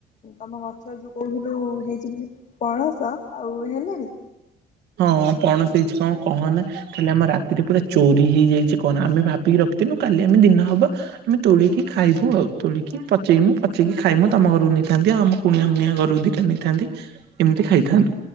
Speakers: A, on the left (about 45°); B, on the right (about 80°).
A: ତମ ଗଛରେଯୋଉ କହୁଥିଲୁ ହେଇଛି ବୋଲି ପଣସ ଆଉ ହେଲାଣି।
B: ହଁ ପଣସ ହେଇଛି କଣ କହ ନା କାଲି ଆମ ରାତିରେ ପୁରା ଚୋରି ହେଇଯାଇଛି କହନା, ଆମେ ଭାବିକି ରଖିିଥିନୁ କାଲି ଆମେ ଦିନ ହବ ଆମେ ତୋଳିକି ଖାଇବୁ, ଆଉ ତୋଳିକି ପଚେଇମୁ, ପଚେଇକି ଖାଇମୁ ତମ ଘରୁକୁ ନେଇଥାନ୍ତି ଆଉ ଆମ କୁଣିଆ ମୁୁଣିଆ ଘରୁ ଦିଇଟା ନେଇଥାନ୍ତି ଏମିତି ଖାଇଥାନ୍ତୁ